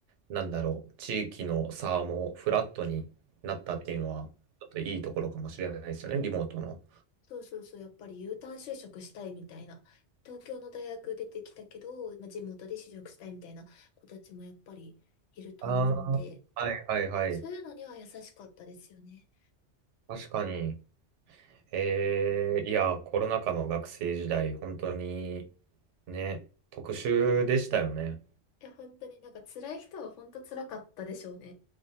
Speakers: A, on the right; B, on the left.
A: なんだろう、地域の差もフラットになったっていうのは、
B: うん
A: ちょっといいところかもしれないですよね、リモートの。
B: そうそうそう、やっぱり U ターン就職したいみたいな。東京の大学出てきたけど、まあ、地元で就職したいみたいな子たちもやっぱりいると思うんで、
A: ああ、はいはいはい。
B: そういうのには優しかったですよね。
A: 確かに。えー、いや、コロナ禍の学生時代、本当にね、特殊でしたよね。
B: いや、本当になんか辛い人は本当辛かったでしょうね。